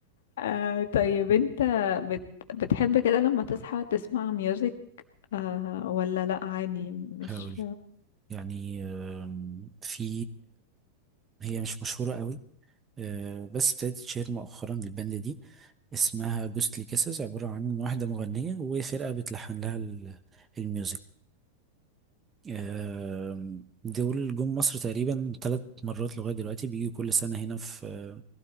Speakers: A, on the left; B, on the right.
A: آه طيب انت بت... بتحب كده لما تصحى تسمع ميوزك آه ولا لا عادي مش
B: هقول يعني آم، في هي مش مشهورة قوي آه، بس ابتدت تشهر مؤخرا الباند دي اسمها جوستلي كيسز عبارة عن واحدة مغنية وفرقة بتلحن لها ال- الميوزك آم، دول جم مصر تقريبا ثلاث مرات لغاية دلوقتي بيجوا كل سنة هنا في